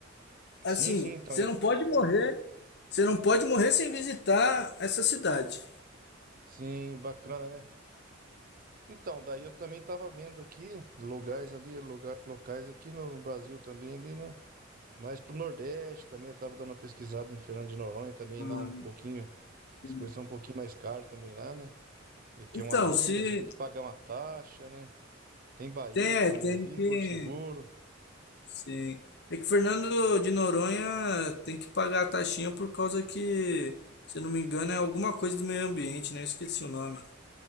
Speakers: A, on the left (about 60°); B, on the right (about 45°).
A: Assim,
B: Sim, sim, então
A: você
B: eu,
A: não pode morrer, você não pode morrer sem visitar essa cidade.
B: sim, bacana, né? Então, daí eu também tava vendo aqui lugares ali, lugar, locais aqui no, no Brasil também ali, né? Mas pro Nordeste também, eu tava dando uma pesquisada em Fernando de Noronha também,
A: Ah,
B: lá um pouquinho, as
A: sim.
B: coisas são um pouquinho mais caras também lá, né? E que
A: Então,
B: é uma ilha,
A: se
B: você tem que pagar uma taxa, né? Tem Bahia
A: tem, é,
B: também
A: tem
B: ali,
A: que,
B: Porto Seguro.
A: sim. É que Fernando de Noronha tem que pagar a taxinha por causa que, se eu não me engano, é alguma coisa do meio ambiente, né? Eu esqueci o nome